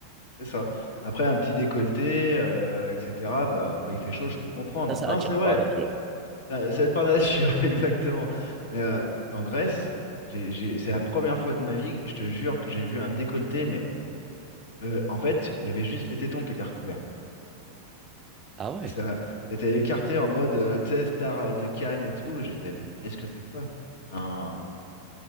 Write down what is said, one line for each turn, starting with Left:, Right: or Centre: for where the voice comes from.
Left: C'est ça. Après, un petit décolleté, euh, etc. bah, quand il fait chaud, je peux comprendre.
Right: Ça, ça
Left: Non,
Right: attire
Left: c'est vrai.
Right: par nature.
Left: Ça- C'est pas nature, <laughs> exactement. Mais euh, en Grèce, j'ai, j'ai- c'est la première fois de ma vie, je te jure, que j'ai vu un décolleté. Mais euh, en fait, il y avait juste les tétons qui étaient recouverts.
Right: Ah ouais?
Left: Et ça, c'était écarté en mode, euh, tu sais, star euh, de Cannes et tout. J'étais, mais qu'est-ce que c'est que ça? Enfin,